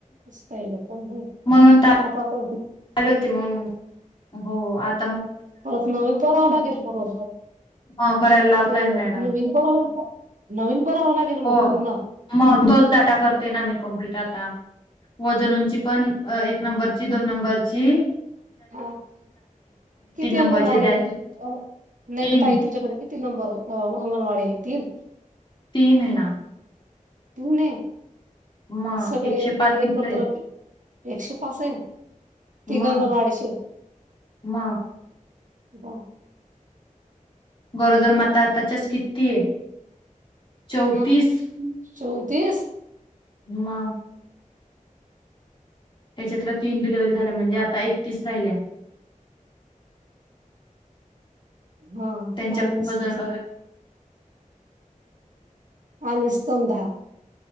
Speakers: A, on the right; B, on the left.
A: इस्तय ग प <unintelligible>
B: म्हणून ता
A: त <unintelligible>
B: ले होते मंग हो आथा
A: परत नवीन करावं लागेल ब
B: मग भरायला लावताय
A: <unintelligible> ते
B: मॅडम
A: नवीन कव नवीन. करावं लागेल
B: हो
A: मग पूर्ण
B: मग तोच डाटा करते ना मी कम्प्लीट आता. वजनोंची पण एक नंबरची दोन नंबर जी,
A: हा किती
B: नंबरची
A: अंगणवाडी
B: डायरेक्ट
A: आहेत अ नाही
B: तीन
A: ग ताई तुझ्याकडे किती नंबर अंगणवाडी येतील.
B: तीन ने ना,
A: धुणे
B: मग
A: सगळे
B: एकशे
A: म्हणजे
B: पाच मुलं
A: एकत्र एकशे पास आहे.
B: म
A: ती गंगणवाडीची
B: म.
A: बा
B: गोरोदर माता आताच्याच किती ये. चौतीस.
A: हा चौतीस?
B: म. त्याच्यातला तिन डिलिव्हरी झाल्या म्हणजे आता एकतीस राहिल्या.
A: हां
B: त्यांच्या
A: आहेच
B: पण वजन
A: बस. आनीस्तम धा.